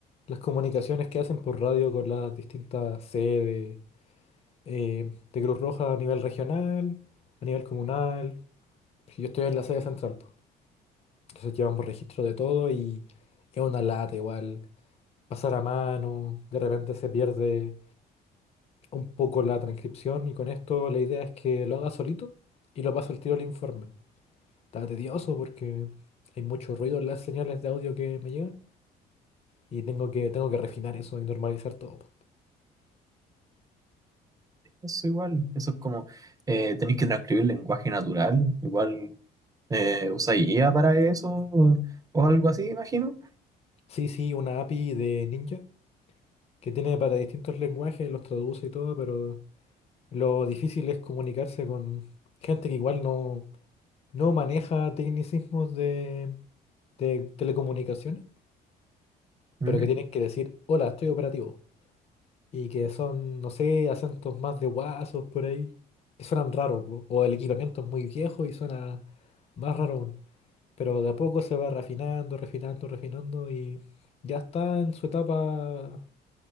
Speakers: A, on the left; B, on the right.
A: las comunicaciones que hacen por radio con las distintas sedes eh, de Cruz Roja a nivel regional, a nivel comunal. Yo estoy en la sede central, po. Entonces llevamos registro de todo y es una lata igual. Pasar a mano, de repente se pierde un poco la transcripción y con esto la idea es que lo haga solito y lo paso el tiro al informe. Está tedioso porque hay mucho ruido en las señales de audio que me llegan y tengo que, tengo que refinar eso y normalizar todo. po.
B: Eso igual, eso es como, eh, tenéis que transcribir lenguaje natural, igual eh, usáis IA para eso o, o algo así, imagino.
A: Sí, sí, una API de Ninja que tiene para distintos lenguajes, los traduce y todo, pero Lo difícil es comunicarse con gente que igual no, no maneja tecnicismos de, de telecomunicaciones,
B: Mm.
A: pero que tienen que decir, hola, estoy operativo. Y que son, no sé, acentos más de guasos por ahí, que suenan raros, po, o el equipamiento es muy viejo y suena más raro aún. Pero de a poco se va refinando, refinando, refinando y ya está en su etapa,